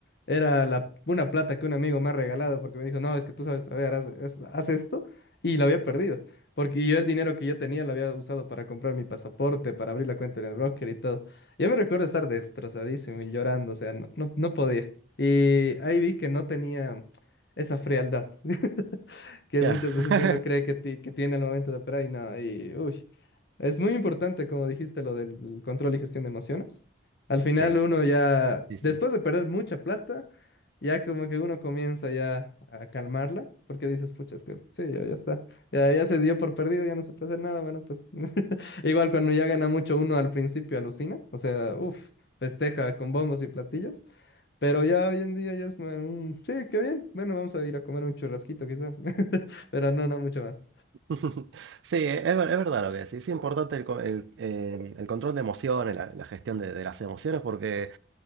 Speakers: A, on the left (about 55°); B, on the right (about 70°).
A: Era la, una plata que un amigo me ha regalado porque me dijo, no, es que tú sabes tradear, haz, haz- haz esto. Y la había perdido. Porque yo el dinero que yo tenía lo había usado para comprar mi pasaporte, para abrir la cuenta en el broker y todo. Yo me recuerdo estar destrozadísimo y llorando, o sea, no, no, no podía. Y ahí vi que no tenía esa frialdad <laughs> que
B: Ya.
A: muchas veces
B: <laughs>
A: uno cree que, ti- que tiene al momento de operar y no, y uy. Es muy importante, como dijiste, lo del control y gestión de emociones. Al final
B: Sí,
A: uno ya,
B: sí, sí.
A: después de perder mucha plata, ya como que uno comienza ya a calmarla, porque dices, pucha, es que sí, ya, ya está, ya, ya se dio por perdido, ya no se puede hacer nada, bueno, pues <laughs> igual cuando ya gana mucho uno al principio alucina, o sea, uff, festeja con bombos y platillos, pero ya hoy en día ya es, ma- un, sí, qué bien, bueno, vamos a ir a comer un churrasquito quizá, <laughs> pero no, no mucho más.
B: <laughs> Sí, es, ver- es verdad lo que decís. Es importante el, co- el, eh, el control de emociones, la, la gestión de, de las emociones, porque